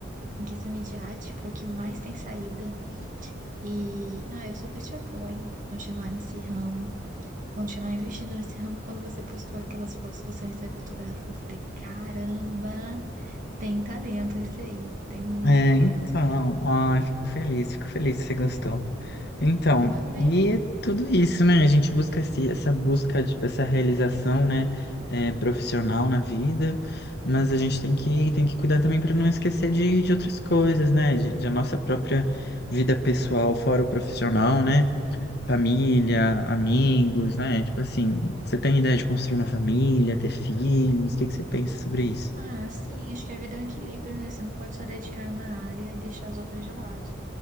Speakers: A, on the right; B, on the left.
A: em questão midiática, o que mais tem saída. E, ah, eu super te apoio. Continuar nesse ramo, continuar investindo nesse ramo. Quando você postou aquelas fotos do seu ensaio fotográfico, eu falei, caramba, tem talento esse aí, tem muito
B: É,
A: talento.
B: então, ó, fico feliz, fico feliz que você gostou. Então,
A: Eu amei.
B: e é tudo isso, né? A gente busca esse- essa busca, tipo, essa realização, né, é, profissional na vida, mas a gente tem que, tem que cuidar também para não esquecer de, de outras coisas, né? De, de a nossa própria vida pessoal, fora o profissional, né? Família, amigos, né? Tipo assim, você tem ideia de construir uma família, ter filhos? O que que você pensa sobre isso?
A: Ah, sim, acho que a vida é um equilíbrio, né? Você não pode só dedicar uma área e deixar as outras de lado.